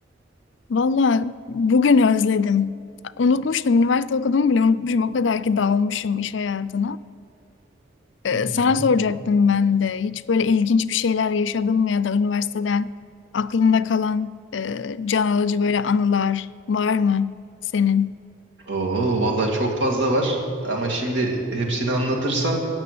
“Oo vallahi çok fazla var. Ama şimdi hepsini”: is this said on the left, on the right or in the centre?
Right